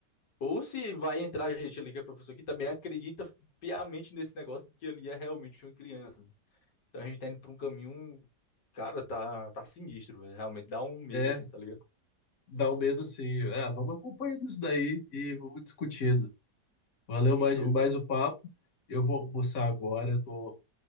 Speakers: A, on the left (about 80°); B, on the left (about 55°).
A: Ou se vai entrar gente ali que é professor que também acredita piamente nesse negócio de que ali é realmente uma criança, né? Então a gente tá indo pra um caminho, cara, tá, tá sinistro, velho. Realmente dá um medo
B: É,
A: assim, tá ligado?
B: dá um medo sim. É, vamos acompanhando isso daí e vamos discutindo. Valeu
A: Show.
B: mais, mais o papo. Eu vou almoçar agora, eu tô